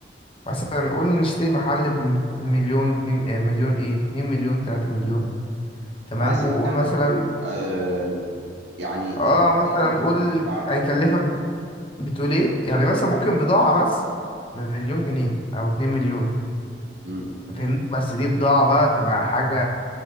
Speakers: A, on the left; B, on the right.
A: مثلا قول نشتري محل بمليون اتنين آه، مليون ايه اتنين مليون تلاتة مليون تمام
B: عايزين
A: وقول
B: مكان
A: مثلا
B: برضو يبقى آه، يعني
A: اه مثلا
B: رجل الزبون
A: قول
B: بتاعك موجود
A: هيكلفك بتقول ايه يعني مثلا ممكن بضاعة بس بمليون جنيه او اتنين مليون
B: مم.
A: فاهمني بس دي بضاعة بقى تبقى حاجة